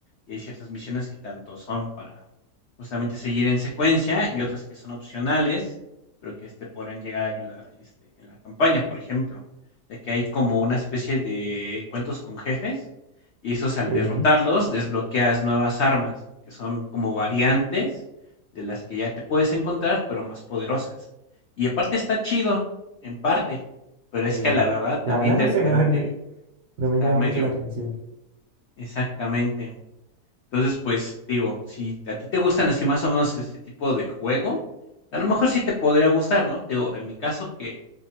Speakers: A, on the left; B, on the right.
A: Y hay ciertas misiones que tanto son para justamente seguir en secuencia y otras que son opcionales pero que este, podrían llegar a ayudar este, en la campaña, por ejemplo, ya que hay como una especie de encuentros con jefes y esos al
B: sí.
A: derrotarlos desbloqueas nuevas armas, que son como variantes de las que ya te puedes encontrar, pero más poderosas. Y aparte está chido, en parte, pero es
B: eh,
A: que a la verdad también
B: la verdad
A: de
B: no
A: repente
B: sé, <laughs> no, no-
A: está
B: no me llama
A: medio
B: mucho la atención.
A: exactamente. Entonces, pues digo, si a ti te gustan así más o menos ese tipo de juego, a lo mejor sí te podría gustar, ¿no? Te digo, en mi caso que